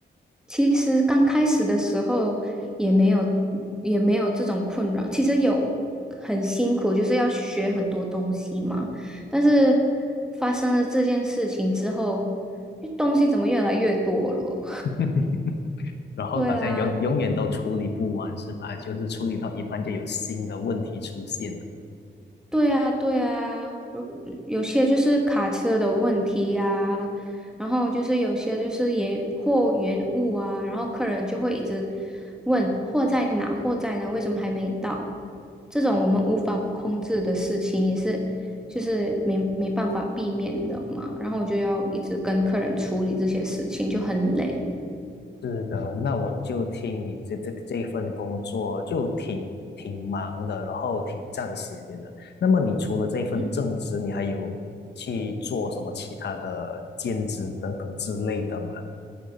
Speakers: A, in the centre; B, on the left.
A: 其实刚开始的时候也没有也没有这种困扰，其实有很辛苦，就是要学很多东西嘛。但是发生了这件事情之后，东西怎么越来越多了？
B: <laughs> 然后好像永永远都处理不完，
A: <laughs> 对啊，
B: 是吧？就是处理到一半就有新的问题出现了。
A: 对啊，对啊。有些就是卡车的问题呀、然后就是有些就是延货延误啊，然后客人就会一直问货在哪，货在哪，为什么还没到？这种我们无法控制的事情也是，就是没没办法避免的嘛。然后我就要一直跟客人处理这些事情，就很累。
B: 是的，那我就听你这这这份工作就挺挺忙的，然后挺占时间的。那么你除了这份正职，
A: 嗯
B: 你还有去做什么其他的兼职等等之类的吗？